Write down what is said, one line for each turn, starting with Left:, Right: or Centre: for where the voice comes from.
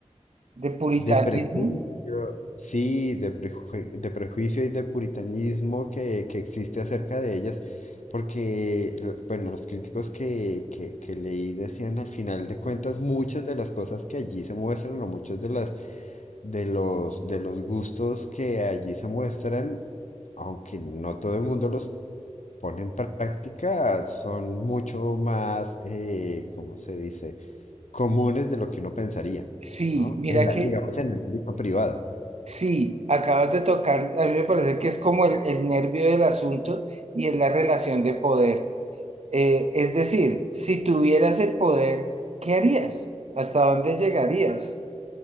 Right: De puritanismo.
Left: de prejuicio, sí, de, prejue- de prejuicio y de puritanismo que, que existe acerca de ellas, porque, l- bueno, los críticos que, que, que leí decían al final de cuentas muchas de las cosas que allí se muestran o muchos de las, de los, de los gustos que allí se muestran, aunque no todo el mundo los pone en práctica, son mucho más, eh, ¿cómo se dice? comunes de lo que uno pensaría,
Right: Sí,
Left: ¿no?
Right: mira
Left: En la,
Right: que
Left: digamos, en el ámbito privado.
Right: sí, acabas de tocar, a mí me parece que es como el, el nervio del asunto y es la relación de poder. Eh, es decir, si tuvieras el poder, ¿qué harías? ¿Hasta dónde llegarías?